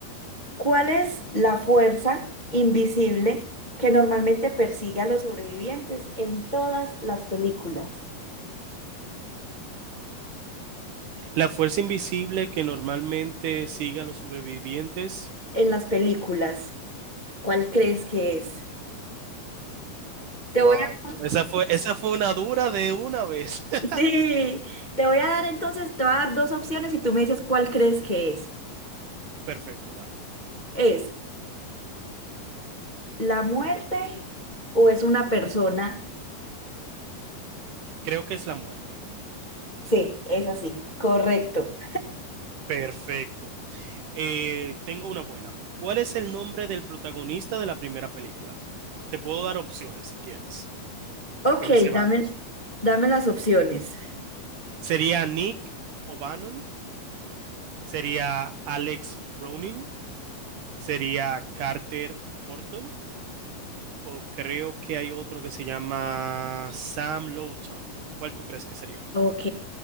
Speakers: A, on the left; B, on the right.
A: ¿Cuál es la fuerza invisible que normalmente persigue a los sobrevivientes en todas las películas?
B: La fuerza invisible que normalmente sigue a los sobrevivientes.
A: En las películas, ¿cuál crees que es? Te
B: Wow.
A: voy a...
B: Esa fue, esa fue una dura de una vez. <laughs>
A: Sí, te voy a dar entonces, te voy a dar dos opciones y tú me dices cuál crees que es.
B: Perfecto, dale.
A: ¿Es la muerte o es una persona?
B: Creo que es la muerte.
A: Sí, es así, correcto.
B: Perfecto. Eh, tengo una buena. ¿Cuál es el nombre del protagonista de la primera película? Te puedo dar opciones si quieres,
A: Ok,
B: porque me sé varios.
A: dame, dame las opciones.
B: ¿Sería Nick O'Bannon? ¿Sería Alex Browning? sería Carter Horton o creo que hay otro que se llama Sam Lowton. ¿Cuál tú crees que sería?
A: Ok,